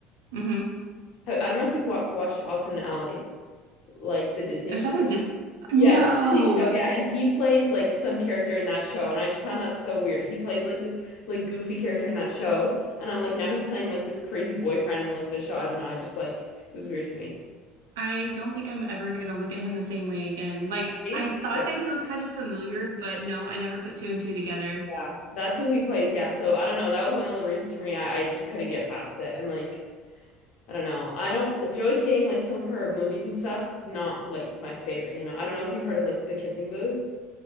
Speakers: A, on the right; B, on the left.
A: <laughs> hmm
B: I I don't know if you've wa watched Austin and Ally, like the Disney
A: Is
B: show.
A: that a dis? No,
B: Yeah, it's a Disney show. Yeah, and he plays like some character in that show, and I just found that so weird. He plays like this like goofy character in that show, and I'm like now he's playing like this crazy boyfriend in like this show. I don't know. I just like it was weird to me.
A: I don't think I'm ever gonna look at him the same way again. Like
B: Right?
A: I thought
B: Yeah,
A: that he looked kind of familiar, but no, I never put two and two together.
B: yeah. That's who he plays. Yeah. So I don't know. That was one of the reasons for me. I, I just couldn't get past it, and like I don't know. I don't Joy King like some of her movies and stuff. Not like my favorite. You know. I don't know if you've heard of like The Kissing Booth.